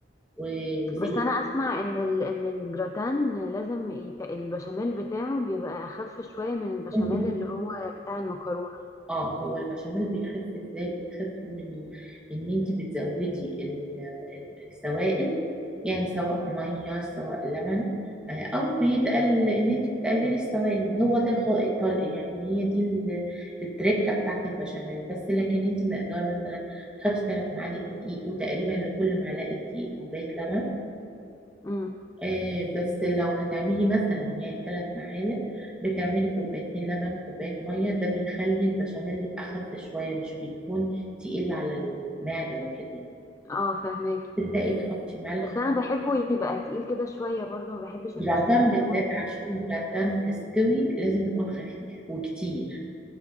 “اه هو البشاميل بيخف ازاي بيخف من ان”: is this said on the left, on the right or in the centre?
Centre